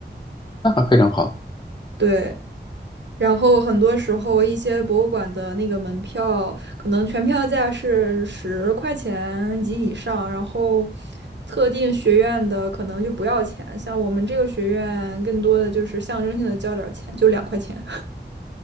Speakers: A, on the left; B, on the right.
A: 那还非常好。
B: 对，然后很多时候，一些博物馆的那个门票，可能全票价是十块钱及以上，然后特定学院的可能就不要钱。像我们这个学院，更多的就是象征性的交点儿钱，就两块钱。